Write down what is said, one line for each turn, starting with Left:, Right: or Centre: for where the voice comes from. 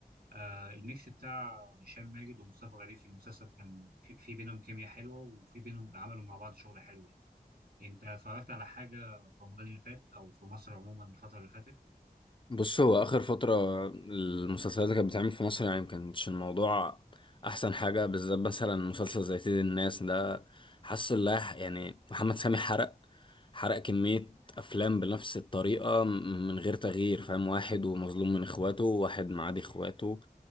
Right: آه الميكس بتاع هشام ماجد ومصطفى غريب في المسلسل كان في, في بينهم كيمياء حلوة وفي بينهم عملوا مع بعض شغل حلو يعني انت اتفرجت على حاجه في رمضان اللي فات او في مصر عموما الفتره اللي فاتت
Left: بص هو آخر فترة المسلسلات اللي كانت بتعمل في مصر يعني مكانش الموضوع أحسن حاجة بالذات مثلا مسلسل زي سيد الناس ده حاسس اللي هيح- يعني محمد سامي حرق حرق كمية أفلام بنفس الطريقة م- من غير تغيير فاهم واحد ومظلوم من إخواته واحد معادي إخواته